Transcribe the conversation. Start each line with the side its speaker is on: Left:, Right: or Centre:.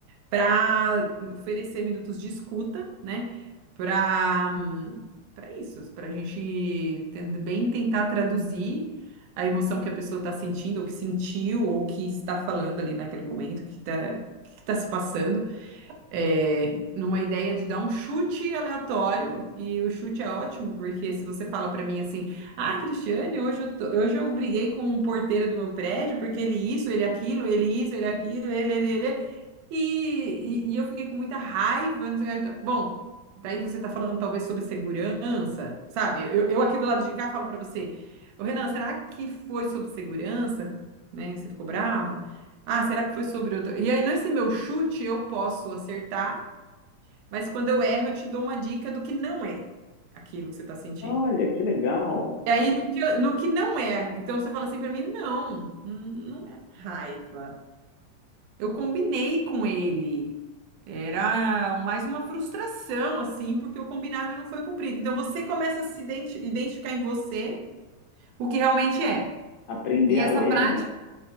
Right: para oferecer minutos de escuta, né? Para para isso, para a gente ten- bem tentar traduzir a emoção que a pessoa está sentindo, ou que sentiu, ou que está falando ali naquele momento, que está que está se passando é, numa ideia de dar um chute aleatório, e o chute é ótimo, porque se você fala para mim assim, ah, Cristiane, hoje eu, tô- hoje eu briguei com o porteiro do meu prédio, porque ele isso, ele aquilo, ele isso, ele aquilo, ele, ele, ele, e, e, e eu fiquei com muita raiva, não sei o que, então, bom, daí você tá falando talvez sobre segurança, sabe? Eu, eu aqui do lado de cá falo para você, ô Renan, será que foi sobre segurança, né, que você ficou bravo? Ah, será que foi sobre outra? E aí, nesse meu chute, eu posso acertar, mas quando eu erro, eu te dou uma dica do que não é aquilo que você está sentindo.
Left: Olha, que legal
Right: E aí, no que, eu- no que não é, então você fala assim para mim: não, hum, não é raiva. Eu combinei com ele. Era mais uma frustração, assim, porque o combinado não foi cumprido. Então, você começa a se identi- identificar em você o que realmente é.
Left: aprender
Right: E
Left: a
Right: essa
Left: ler,
Right: prática,
Left: né?